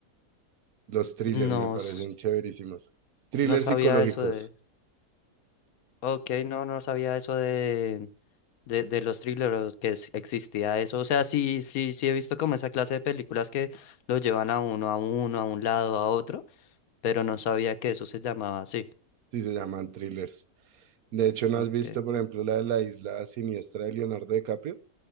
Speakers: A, on the right; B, on the left.
A: Los thrillers
B: No,
A: me parecen
B: s-
A: chéverísimos. Thrillers
B: no sabía
A: psicológicos,
B: eso de... Ok, no, no sabía eso de... De, de los thrillers, que es- existía eso. O sea, sí, sí, sí he visto como esa clase de películas que lo llevan a uno, a uno, a un lado, a otro. pero no sabía que eso se llamaba así.
A: sí se llaman thrillers. De hecho, ¿no
B: ¿ok?
A: has visto, por ejemplo, la de la isla siniestra de Leonardo DiCaprio?